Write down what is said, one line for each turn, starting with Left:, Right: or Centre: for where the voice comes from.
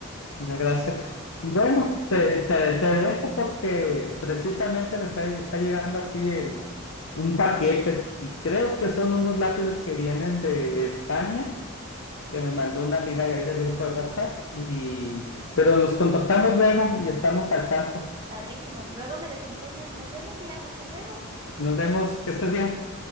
Left: muchas gracias. Bueno, te, te, te dejo porque precisamente me está, está llegando aquí el- un paquete y creo que son unos lápices que vienen de España. que me mandó una amiga de ahí del grupo de WhatsApp y pero nos contactamos luego y estamos al tanto.
Right: Padrísimos. Luego me los enseñas. Nos vemos, Iram. Hasta luego.
Left: Nos vemos, que estés bien.